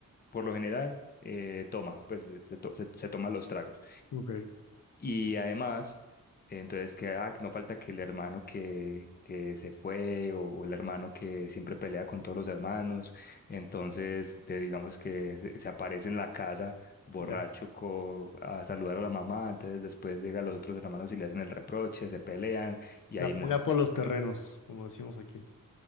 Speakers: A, on the left; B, on the left.
A: por lo general, eh, toma, pues se, se to- se- se toma los tragos.
B: Ok,
A: Y además, entonces que ah, no falta que el hermano que, que se fue o, o el hermano que siempre pelea con todos los hermanos, entonces de- digamos que se, se aparece en la casa borracho
B: ya.
A: co- a saludar a la mamá, entonces después llegan los otros hermanos y le hacen el reproche, se pelean y
B: La
A: ahí
B: pelea
A: muerto.
B: por los terrenos, como decimos aquí.